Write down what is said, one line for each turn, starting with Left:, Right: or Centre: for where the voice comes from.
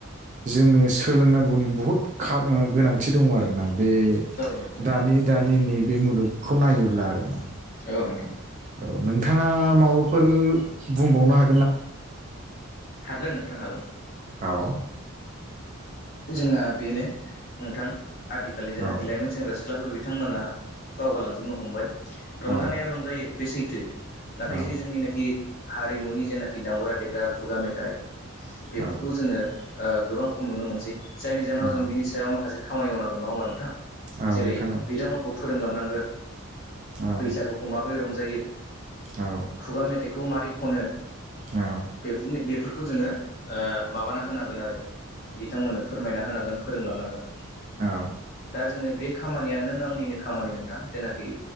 Right: जोङो सो लोंनांगौनि बहुद खामा गोनांथि दङ आरोना बे
Left: नोंथां
Right: दानि दानि नैबे मुलुग खौ नायोब्ला आरो ना
Left: औ नोंथां
Right: औ नोंथाङा माबाफोर बुंबावनो हा
Left: हागोन नोंथां हागोन
Right: औ
Left: जोंना बेनो नोंथां आथिखालनि जेनाखि
Right: औ
Left: लाइमोन सेंग्रा सिख ख्लाफोर बिथांमोना बावगारालांजोबनो हमबाय
Right: औ
Left: रंजानाया रंजायो बे सैथो नाथाय
Right: औ
Left: जे जोंनिनाखि हारिमुनि जेनाखि दामग्रा देग्रा खुगा मेथाइ बेफोरखौ
Right: औ
Left: जोङो गोबां खम नुनो मोनसै जायनि जाहोनाव
Right: औ
Left: जों बिनि सायाव माखासे खामानि मावनांगोन नङा होमा नोंथां
Right: औ
Left: जेरै
Right: नोंथां औ
Left: बिथांमोनखौ फोरोंलांनांगोन
Right: औ
Left: बैसागुखौ माबोरै रंजायो
Right: औ
Left: खुगा मेथाइखौ मारै खनो
Right: औ
Left: बे बेफोरखौ जोङो ओ माबाना होनांगोन आरो बिथांमोननो फोरमायना होनांगोन फोरोंलांनांगोन
Right: औ
Left: दा जोङो बे खामानिया नों आंनिनो खामानि नोंथां जेनाखि